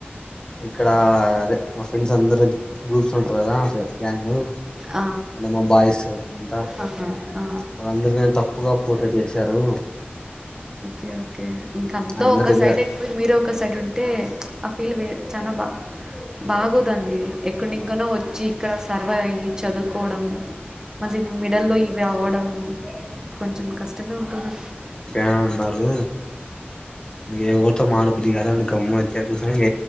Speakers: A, on the left (about 20°); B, on the right (about 15°).
A: ఇక్కడ అదే మా ఫ్రెండ్స్ అందర గ్రూప్స్ ఉంటారు గదా గ్యాంగ్
B: ఆ
A: అంటే మా బాయిస్ అంతా
B: అవునా ఆ
A: వాళ్ళందర్నీ తప్పుగా పోట్రేట్ జేశారు
B: ఓకే ఓకే ఇంకాంత
A: అందరి
B: ఒక
A: దగ్గర
B: సైడైపోయ్ మీరే ఒక సైడ్ ఉంటే ఆ ఫీల్ వేర్ చానా బా బాగోదండి ఎకాడ్నింకనో వచ్చి ఇక్కడ సర్వ్ వై చదుకోవడం మళ్ళీ మిడల్ల్లో ఇవి అవ్వడం కొంచెం కష్టమే ఉంటుంది
A: అన్ అన్నారు ఎ ఒరితో మడ బుద్ధి గద్ దాన్ గమ్ము వచ్చా కూసోని ఇంగ